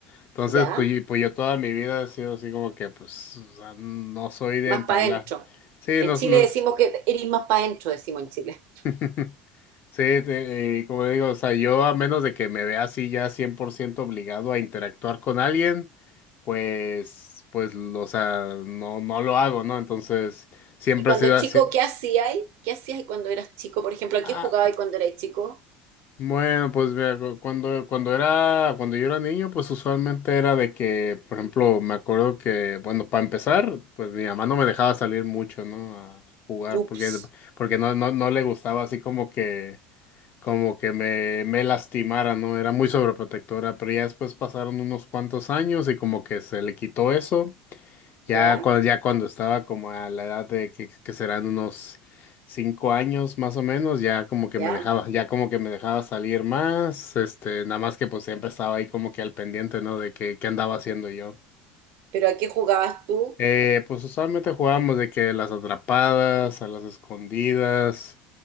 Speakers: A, on the left; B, on the right.
A: Entonces,
B: ¿Ya?
A: pues, y- pues yo toda mi vida he sido así como que, pues, o sea, no soy de
B: Más
A: entablar.
B: para adentro.
A: Sí,
B: En
A: nos,
B: Chile
A: nos,
B: decimos que eres más para adentro, decimos en Chile.
A: <laughs> sí, te- eh, como digo, o sea, yo a menos de que me vea así ya 100% obligado a interactuar con alguien, pues, pues, o sea, no, no lo hago, ¿no? Entonces, siempre
B: Y cuando
A: he sido
B: chico,
A: así.
B: ¿qué hacías? ¿Qué hacías cuando eras chico? Por ejemplo, ¿a
A: ah,
B: qué jugabas cuando eras chico?
A: Bueno, pues mira, cu- cuando, cuando era, cuando yo era niño, pues usualmente era de que, por ejemplo, me acuerdo que, bueno, para empezar, pues mi mamá no me dejaba salir mucho, ¿no? A jugar,
B: Ups,
A: porque, porque no, no, no le gustaba así como que, como que me, me lastimara, ¿no? Era muy sobreprotectora, pero ya después pasaron unos cuantos años y como que se le quitó eso. Ya
B: ¿ya?
A: cuando, ya cuando estaba como a la edad de que, que serán unos cinco años más o menos, ya como que
B: ¿Ya?
A: me dejaba, ya como que me dejaba salir más, este, nada más que pues siempre estaba ahí como que al pendiente, ¿no? De que, qué andaba haciendo yo.
B: ¿Pero a qué jugabas tú?
A: Eh, pues usualmente jugábamos de que las atrapadas, a las escondidas.